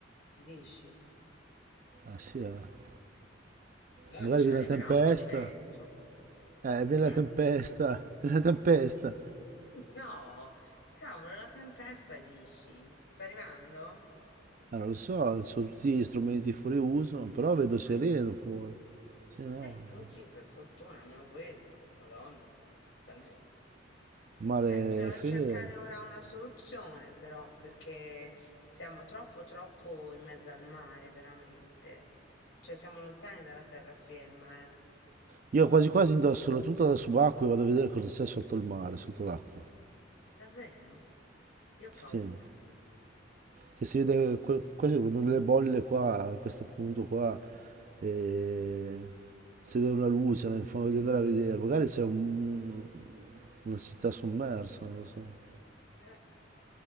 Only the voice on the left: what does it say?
Dici?
Madonna,
ma ci
arriverà
un po' di vento.
Mm?
No, cavolo, la tempesta dici? Sta arrivando?
Eh.
Eh, anch'io per fortuna, almeno quello. Madonna, se no...
Eh, bisogna
cercare ora una soluzione però, perché siamo troppo troppo in mezzo al mare, veramente. Cioè siamo lontani dalla terraferma, eh.
Davvero? Io ho
paura.
Eh,